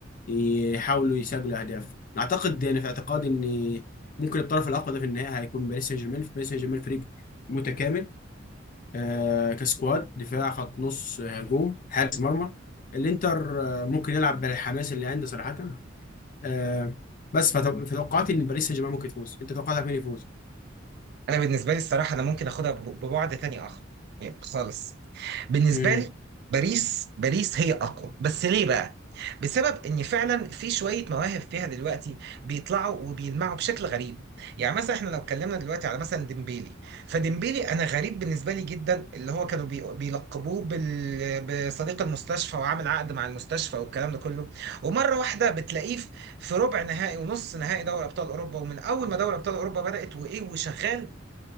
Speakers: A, on the left; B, on the right.
A: يحاولوا يسجلوا اهداف اعتقد انا في اعتقادي ان ممكن الطرف الاقوى ده في النهايه هيكون باريس سان جيرمان في باريس سان جيرمان فريق متكامل آه كسكواد دفاع خط نص آه، هجوم حارس مرمى الانتر آه ممكن يلعب بالحماس اللي عنده صراحه آه بس فتوقعت ان باريس سان جيرمان ممكن يفوز انت توقعتك مين يفوز؟
B: انا بالنسبه لي الصراحه انا ممكن اخدها بب- ببعد تاني اخر يعني خالص بالنسبه
A: امم
B: لي باريس باريس هي اقوى بس ليه بقى بسبب ان فعلا في شويه مواهب فيها دلوقتي بيطلعوا وبيلمعوا بشكل غريب يعني مثلا احنا لو اتكلمنا دلوقتي على مثلا ديمبيلي فديمبيلي انا غريب بالنسبه لي جدا اللي هو كانوا بي- بيلقبوه بال- بصديق المستشفى وعامل عقد مع المستشفى والكلام ده كله ومره واحده بتلاقيه في في ربع نهائي ونص نهائي دوري ابطال اوروبا ومن اول ما دوري ابطال اوروبا بدات وايه وشغال